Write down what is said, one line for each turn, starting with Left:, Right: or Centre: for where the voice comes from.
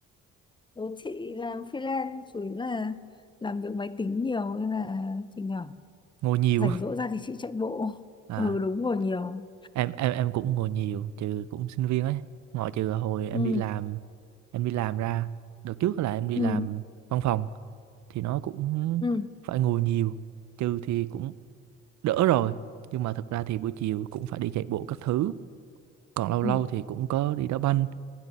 Left: ừ, chị làm freelance chủ yếu là làm việc máy tính nhiều nên là chị nhỏ
Right: ngồi nhiều
Left: rảnh rỗi ra thì chị chạy bộ
Right: <laughs> à
Left: ừ đúng rồi nhiều
Right: em em em cũng ngồi nhiều trừ cũng sinh viên ấy ngoại trừ hồi em
Left: ừ
Right: đi làm em đi làm ra đợt trước là em đi
Left: ừ
Right: làm văn phòng thì nó cũng
Left: ừ
Right: phải ngồi nhiều trừ thì cũng đỡ rồi nhưng mà thực ra thì buổi chiều cũng phải đi chạy bộ các thứ còn lâu lâu
Left: ừ
Right: thì cũng có đi đá banh